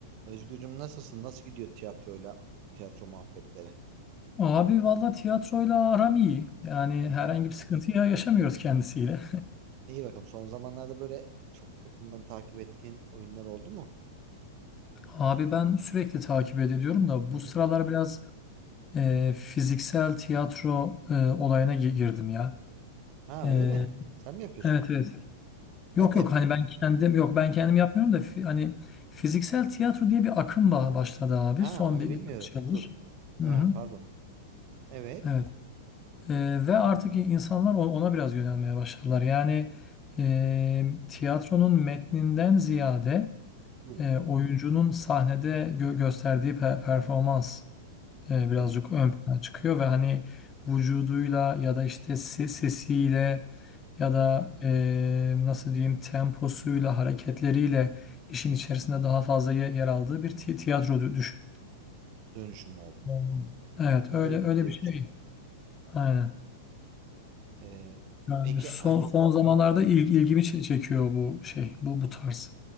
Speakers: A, on the right; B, on the left.
A: Özgürcüm nasılsın? Nasıl gidiyor tiyatroyla tiyatro muhabbetleri?
B: Abi valla tiyatroyla aram iyi. Yani
A: Hı hı.
B: herhangi bir sıkıntı ya- yaşamıyoruz kendisiyle.
A: İyi bakalım. Son zamanlarda böyle çok yakından takip ettiğin oyunlar oldu mu?
B: <laughs> Abi ben sürekli takip ediyorum da
A: Hı
B: bu
A: hı.
B: sıralar biraz e, fiziksel tiyatro e, olayına gi- girdim ya.
A: Ha
B: E,
A: öyle mi? Sen mi yapıyorsun?
B: evet evet. Yok
A: Nerede
B: yok
A: yapıyorsun?
B: hani ben kendim yok ben kendim yapmıyorum da fi- hani fiziksel tiyatro diye bir akım ba- başladı abi
A: Ha
B: son
A: onu
B: bir
A: bilmiyorum.
B: birkaç yıldır.
A: Dur.
B: Hı
A: Ha,
B: hı,
A: pardon. Evet.
B: evet. E, ve artık insanlar o- ona biraz yönelmeye başladılar. Yani e, tiyatronun metninden ziyade
A: Hı.
B: e, oyuncunun sahnede gö- gösterdiği pe- performans e, birazcık
A: Evet.
B: ön plana çıkıyor ve hani vücuduyla ya da işte se- sesiyle
A: Hı
B: ya
A: hı.
B: da e, nasıl diyeyim temposuyla hareketleriyle işin içerisinde daha fazla ye- yer aldığı bir ti- tiyatro dü- düşün.
A: Dönüşüm oldu.
B: Hmm. Evet
A: Ha,
B: öyle
A: öyle bir
B: öyle
A: dönüşüm.
B: bir şey. Aynen.
A: Ee,
B: Yani
A: e peki
B: son
A: hani
B: son zamanlarda il-
A: Hı hı.
B: ilgimi çe- çekiyor bu şey bu bu tarz.